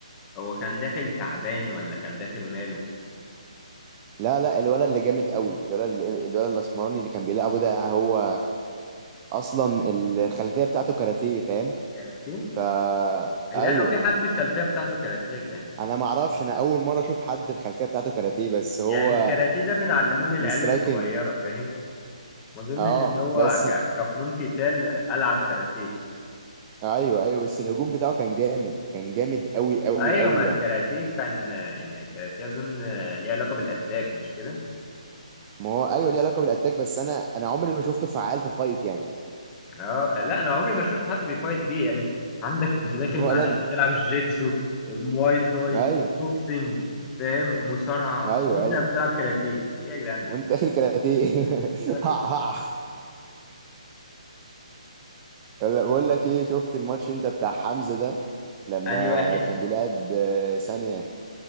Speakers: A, on the left (about 15°); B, on the right (about 20°).
A: هو كان داخل تعبان ولا كان داخل ماله
B: لا لا الولد اللي جامد قوي الولد اللي الولد الاسمراني اللي كان بيلعبه ده هو اصلا الخلفيه بتاعته كاراتيه فاهم
A: كاراتيه
B: فا
A: يا
B: ايوه
A: جدعان لو في حد الخلفيه بتاعته كاراتيه يا جدعان
B: انا ما اعرفش انا اول مره اشوف حد الخلفيه بتاعته كاراتيه بس هو
A: يعني الكاراتيه ده بنعلمه للعيال
B: الاسترايكنج
A: الصغيره فاهم ما اظنش
B: اه
A: ان هو
B: بس
A: ك- كفنون قتال العب كاراتيه
B: ايوه ايوه بس الهجوم بتاعه كان جامد كان جامد قوي قوي
A: ايوه
B: قوي
A: ما
B: يعني
A: الكاراتيه كان يعني الكاراتيه اظن ليه علاقه بالاتاك مش كده
B: ما هو ايوه ليه علاقه بالاتاك بس انا انا عمري ما شفته فعال في فايت يعني
A: اه لا انا عمري ما شفت حد بيفايت بيه يعني عندك انت داخل
B: <laughs> ولا
A: مع ناس
B: انا
A: بتلعب جيتسو مواي تاي
B: ايوه
A: بوكسنج فاهم مصارعه
B: ايوه
A: وانت
B: ايوه
A: بتلعب كاراتيه ايه يا جدعان ده
B: وانت داخل كاراتيه <laughs>
A: <laughs> داخل
B: ها ها
A: كاراتيه
B: ولا- بقول لك ايه شفت الماتش انت بتاع حمزه ده لما
A: انهي واحد
B: كان بيلعب آه، ثانيه